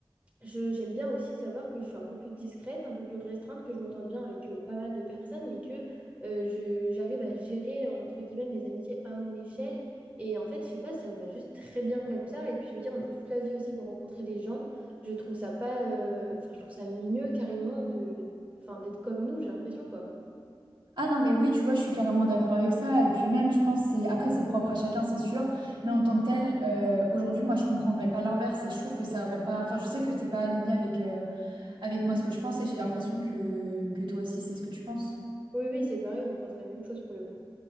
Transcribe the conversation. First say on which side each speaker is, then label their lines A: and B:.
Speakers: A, on the right; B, on the right.
A: je, j'aime bien aussi savoir que je suis un peu plus discrète, un peu plus restreinte, que je m'entends bien avec euh, pas mal de personnes, mais que euh, je, j'arrive à gérer, entre guillemets, mes amitiés à mon échelle. Et en fait, je sais pas, ça me va juste très bien comme ça. Et puis, je veux dire, on a toute la vie aussi pour rencontrer des gens. Je trouve ça pas, euh, enfin, je trouve ça mieux carrément de, enfin, d'être comme nous, j'ai l'impression, quoi.
B: Ah non, mais oui, tu vois, je suis carrément d'accord avec ça. Et puis même, je pense, c'est après, c'est propre à chacun, c'est sûr. Mais en tant que tel, euh, aujourd'hui, moi, je comprendrais pas l'inverse et je trouve que ça aurait pas. Enfin, je sais que c'est pas aligné avec, euh, avec moi ce que je pense et j'ai l'impression que, que toi aussi, c'est ce que tu penses.
A: Oui, oui, c'est pareil, on pense la même chose pour le coup.